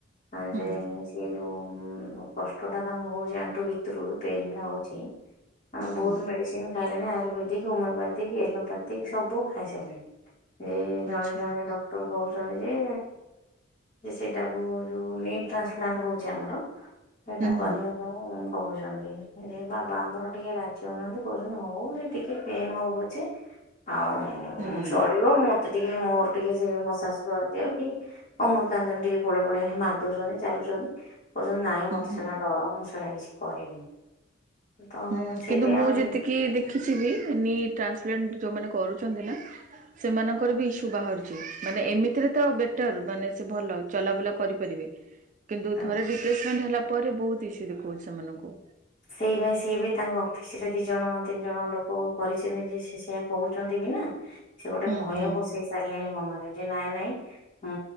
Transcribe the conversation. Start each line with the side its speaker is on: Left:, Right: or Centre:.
Left: ଆଯେ
Right: ହୁଁ ହୁଁ
Left: ସେ ଯୋଉ କଷ୍ଟଟା ତାଙ୍କୁ ହୋଉଚି ଆଣ୍ଠୁ ଭିତୁରୁ ପେନ୍ ଟା ହୋଉଚି। ଆଉ ବହୁତୁ
Right: ହୁଁ
Left: ମେଡ଼ିସିନ ଖାଇଲେଣି ଆୟୁରୁବେଦିକି ହୋମିଓପାଥିକି ଏଲୋପାଥିକି ସବୁ ଖାଇସାରିଲେଣି। ଏ
Right: ଆଚ୍ଛା
Left: ଜଣେ ଜଣେ ଡକ୍ଟର କହୁଛନ୍ତି ଯେ ଯେ ସେଇଟାକୁ ଯୋଉ ନି ଟ୍ରାସପ୍ଲାଣ୍ଟ ହୋଉଚି ଆମର। ସେଇଟା
Right: ହୁଁ
Left: କରିବା
Right: ହୁଁ
Left: ପାଇଁ କୋହୁଚନ୍ତି ଯେ ବାବା ଆମର ଟିକେ ରାଜି ହୋଉନାହାନ୍ତି କହୁଛନ୍ତି ହୋଉ ସେ ଟି ଟିକେ ପେନ୍ ହୋଉପଛେ ଆଉ
Right: ହୁଁ
Left: ଚଳିବ ମ ଟିକେ ମୋର ଟିକେ ସେ ମସାଜ କରିଦିଅନ୍ତି। ଅମୃତାଞ୍ଚନ ଟିକେ ପୁଳେ ପୁଳେ ମାରିଦୋଉଚନ୍ତି ଚାଲୁଚନ୍ତି। କହୁଚନ୍ତି ନାହିଁ ମତେ
Right: ହୁଁ ହୁଁ
Left: ସେଇଟା ଡର ମୁଁ ସେଇଟା କିଛି କରିବିନି। ତ
Right: ହୁଁ
Left: ସେଇଥିପାଇଁ
Right: କିନ୍ତୁ ମୁଁ
Left: ଆମେ
Right: ଯେତିକି
Left: ଟିକେ
Right: ଦେଖିଛିି ବି ନି ଟ୍ରାନ୍ସଲେଣ୍ଟେ ଯୋଉମାନେ କରୁଛନ୍ତି ନା ସେମାନଙ୍କର ବି ଇସୁ ବାହାରୁଚି ମାନେ ଏମିତିରେ ତ ବେଟର୍ ମାନେ ସେ ଭଲ ଚଲାବୁଲା କରିପାରିବେ। କିନ୍ତୁ
Left: ହଁ
Right: ଥରେ ରିପ୍ରେସମେଣ୍ଟେ ହେଲା ପରେ ବହୁତୁ ଇସୁ ଦେଖଉଚି ସେମାନଙ୍କୁ।
Left: ସେଇ ଭାଇ ସିଏ ବି ତାଙ୍କ ଅଫିସି ରେ ଦି ଜଣ ତିନି ଜଣ ଲୋକ। କୋକରିଛନ୍ତି ଯେ ସିଏ ସେଆ କହୁଛନ୍ତି ବି ନା ସେ ଗୋଟେ
Right: ହୁଁ
Left: ଭୟ
Right: ହୁଁ।
Left: ବସେ। ସାରିଲାଣି ମନରେ ଯେ ନାଇଁ ନାଇଁ। ମୁଁ